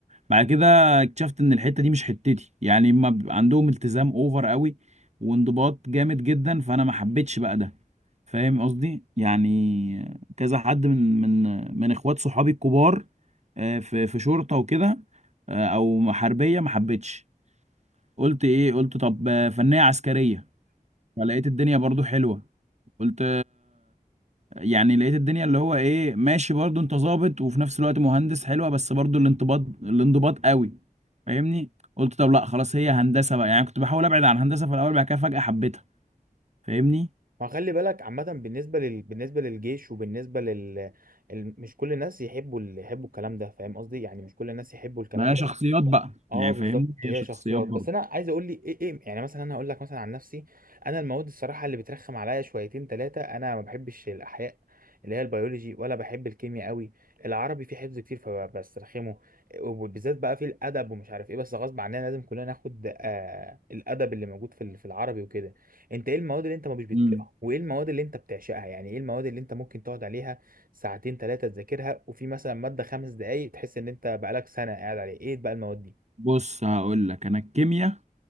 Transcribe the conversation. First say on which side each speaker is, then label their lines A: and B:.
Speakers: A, on the right; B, on the right.
A: بعد كده اكتشفت ان الحته دي مش حتتي يعني ما بيبقى عندهم التزام اوفر قوي وانضباط جامد جدا فانا ما حبيتش بقى ده فاهم قصدي يعني كذا حد من من من اخوات صحابي الكبار آه، في في شرطه وكده آه، او حربيه ما حبيتش قلت ايه قلت طب آه، فنيه عسكريه فلقيت الدنيا برضو حلوه قلت يعني لقيت الدنيا اللي هو ايه ماشي برضو انت ظابط وفي نفس الوقت مهندس حلوه بس برضو الانضباط الانضباط قوي فاهمني قلت طب لا خلاص هي هندسه بقى يعني كنت بحاول ابعد عن هندسه في الاول بعد كده فجاه حبيتها فاهمني
B: ما خلي بالك عامه بالنسبه لل... بالنسبه للجيش وبالنسبه لل ال... مش كل الناس يحبوا ال... يحبوا الكلام ده فاهم قصدي يعني مش كل الناس يحبوا الكلام
A: ما هي
B: ده
A: شخصيات بقى
B: اه
A: يعني
B: بالظبط
A: فاهمني هي
B: هي
A: شخصيات
B: شخصيات
A: برضه
B: بس انا عايز اقول لي ايه ايه يعني مثلا انا هقول لك مثلا عن نفسي انا المواد الصراحه اللي بترخم عليا شويتين ثلاثه انا ما بحبش الاحياء اللي هي البيولوجي ولا بحب الكيمياء قوي العربي فيه حفظ كتير فبسترخمه وبالذات بقى في الادب ومش عارف ايه بس غصب عننا لازم كلنا ناخد آه الادب اللي موجود في ال- في العربي وكده انت ايه المواد اللي انت ما مش بتطيقها
A: امم
B: وايه المواد اللي انت بتعشقها يعني ايه المواد اللي انت ممكن تقعد عليها ساعتين ثلاثه تذاكرها وفي مثلا ماده خمس دقايق تحس ان انت بقالك سنه قاعد عليه ايه بقى المواد دي
A: بص هقول لك انا الكيمياء